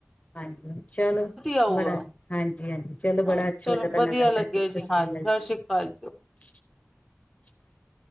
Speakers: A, on the left; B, in the centre.
A: ਹਾਂਜੀ ਚਲੋ
B: ਆਊਗਾ
A: ਬੜਾ ਹਾਂਜੀ ਜੀ ਹਾਂਜੀ ਚਲੋ
B: ਹਾਂ
A: ਬੜਾ ਅੱਛਾ
B: ਚਲੋ
A: ਲੱਗਾ ਤੁਹਾਡੇ
B: ਵਧੀਆ
A: ਨਾਲ
B: ਲੱਗਿਆ
A: ਗੱਲ ਕਰਕੇ
B: ਜੀ
A: ਸਤਿ ਸ੍ਰੀ
B: ਹਾਂਜੀ
A: ਅਕਾਲ ਜੀ
B: ਸ਼੍ਰੀ ਅਕਾਲ
A: <inaudible>